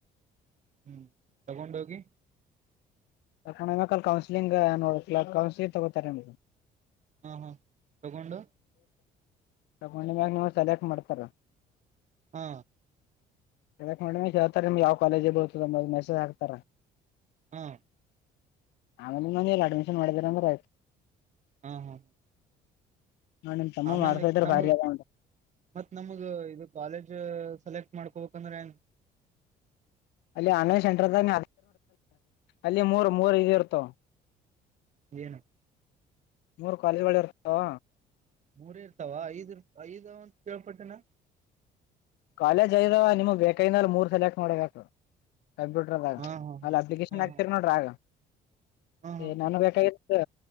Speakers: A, on the right (about 45°); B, on the left (about 85°).
A: ಹ್ಮ್ ತಗೊಂಡ ಹೋಗಿ.
B: <unintelligible> ಕೌನ್ಸಿಲಿಂಗ್ ನೋಡ ಕೌನ್ಸಲಿಂಗ ತಗೋ ತರೆಂಬುವುದು
A: ಹ ಹಾ ತಗೊಂಡು
B: ತಗೊಂಡ ಮಾಗ ನೀವು ಸೆಲೆಕ್ಟ್ ಮಾಡ್ತಾರ
A: ಹಾ
B: ಕೇಳಕ್ ಮಮ ಹೇಳ್ತಾರೆ ನಿಮ್ಗೆ ಯಾವ ಕಾಲೇಜ ಬರ್ತದ ನ ಮೆಸೇಜ್ ಹಾಕ್ತಾರ
A: ಹಾ
B: ಆಮೇಲೆ ನಂದ ಎಲ್ಲ ಅಡ್ಮಿಷನ್ ಮಾಡಿದರ ಅಂದ್ರೆ ಆಯ್ತು
A: ಹಾ ಹಾ
B: ನೋಡ್ ನಿಮ್ ತಮ್ಮ
A: ಆಮೇಲೆ
B: ಮಾಡ್ಸಾ ಇದ್ರ
A: ನಮ
B: ಭಾರಿ ಅದ ನೋಡ್
A: ಮತ್ ನಮಗ ಇದು ಕಾಲೇಜ್ ಸೆಲೆಕ್ಟ್ ಮಾಡ್ಕೋಬೇಕಂದ್ರೆ ಏನ್
B: ಅಲ್ಲಿ ಆನ್ಯ ಸೆಂಟರ್ಾಗ ಅಲ್ಲಿ ಮೂರ್ ಮೂರ್ ಇದ ಇರ್ತ
A: ಣ ಏನು
B: ಮೂರ್ ಕಾಲೇಜ್ಗಳು ಇರ್ತಾವ
A: ಮೂರೇ ಇರ್ತಾವ ಐದ್ ಐದ ಕೇಳ್ಪಟ್ಟಿನ
B: ಕಾಲಜ್ ಐದು ಆವ್ ನಿಮಗೆ ಬೇಕೈನಲ್ಲಿ ಮೂರು ಸಲೆಯಾಕ್ ಮಾಡಬೇಕು ಕಂಪ್ಯೂಟರ್ದಾಗ
A: ಹಾ
B: ಅಲ್ಲಿ ಅಪ್ಲಿಕೇಶನ್
A: ಹಾ ಹಾ
B: ಹಾಕ್ತಿೀರಿ ನೋಡ್ರಿ ಆಗ
A: ಹಾ ಹಾ
B: ಏ
A: ಹಾ
B: ನಾನು ಬೇಕಾಗಿತ್ತು